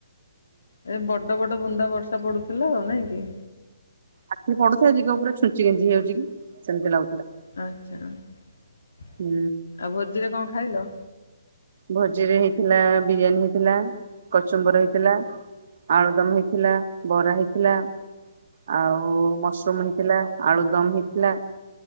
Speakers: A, on the left (about 70°); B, on the right (about 55°).
A: ଏ ବଡ ବଡ ବୁନ୍ଦା ବର୍ଷା ପଡୁଥିଲା ଆଉ ନାଇଁ କି?
B: ଆଖିରେ ପଡୁଥାଏ ଯିଏ କହିବ ପୁରା ଛୁଞ୍ଚି ଗେଂଜି ହଉଛି କି? ସେମିତି ଲାଗୁଥିଲା।
A: ଆଛା ଆଉ
B: ହୁଁ।
A: ଭୋଜିରେ କଣ ଖାଇଲ?
B: ଭୋଜିରେ ହେଇଥିଲା ବିରିୟାନୀ ହେଇଥିଲା। କଚୁମ୍ବର ହେଇଥିଲା। ଆଳୁଦମ ହେଇଥିଲା। ବରା ହେଇଥିଲା। ଆଉ ମସରୁମ ହେଇଥିଲା। ଆଳୁ ଦମ ହେଇଥିଲା।